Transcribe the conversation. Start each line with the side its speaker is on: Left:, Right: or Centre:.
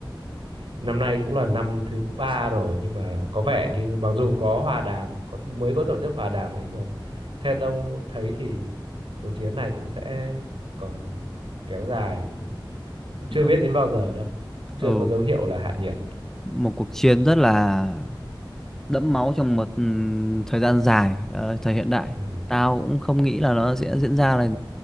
Right: năm nay cũng là năm thứ ba rồi nhưng mà có vẻ như mặc dù có hòa đàm có mới có tổ chức hòa đàm ấy nhưng mà theo tôi thấy thì cuộc chiến này cũng sẽ còn kéo dài cũng chưa
Centre: Ờ,
Right: biết đến bao giờ đâu chưa
Centre: ừ.
Right: có dấu hiệu là hạ nhiệt
Centre: một cuộc chiến rất là đẫm máu trong một ừ, thời gian dài ờ, thời hiện đại
Right: ừ
Centre: tao cũng không nghĩ là nó sẽ diễn ra là